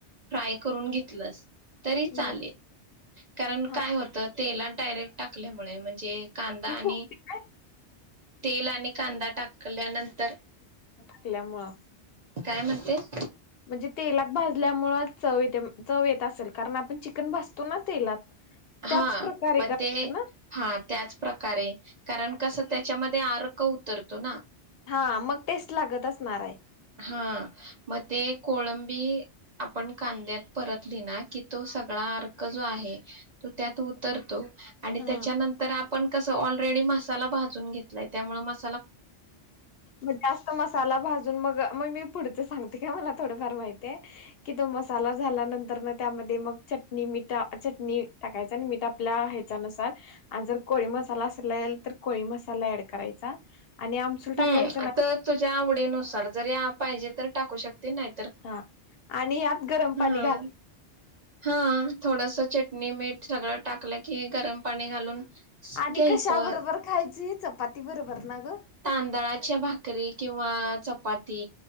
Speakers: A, on the right; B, on the left.
A: फ्राय करून घीतलंस तरी चालेल
B: बर
A: कारण
B: हा
A: काय होतं तेलात डायरेक्ट टाकल्यामुळे म्हणजे कांदा
B: ती
A: आणि
B: फुगते काय
A: तेल आणि कांदा टाकल्यानंतर
B: टकल्यामुळं
A: काय म्हणतेस?
B: म्हणजे तेलात भाजल्यामुळे चव येते चव येत असेल कारण आपण चिकन भजतो ना तेलात. त्याच
A: हा
B: प्रकारे
A: मग
B: करते
A: ते
B: ना
A: हा त्याच प्रकारे कारण कसं त्याच्यामध्ये आर क उतरतो ना.
B: हा मग टेस्ट लागत असणार हाय.
A: हा मग ते कोळंबी आपण कांद्यात परतली ना की तो सगळा अर्क जो आहे तो त्यात उतरतो आणि
B: हा
A: त्याच्यानंतर आप पण कस ऑलरेडी मसाला भाजून घेतलाय त्यामुळ मस्
B: मग जास्त मसाला भाजून मग मग मी पुढच सांगते काय मला थोडंफार माहिताय की तो मसाला झाल्यानंतरन त्यामध्ये मग चटणी मिट चटणी टाकायचा आणि मीट आपला ह्याच्यानुसार आण जर कोळी मसाला असलेल तर कोळी मसाला ऍड करायचा आणि आमसूल टाकायचं
A: हम्म
B: ना
A: आत तुज्या आवडीनुसार जरी त्या पाहिजे तर टाकू शकते न्हाय
B: हा आणि ह्यात गरम
A: हां.
B: पाणी घाल
A: हां. थोडस चटणी मीट सगळं टाकलं की हे गरम पाणी घालून स-
B: आणि
A: घ्यायचं.
B: कशा बरोबर खायची? चपात् ती बरोबर ना गं?
A: तांदळाच्या भाकरी किंवा चपाती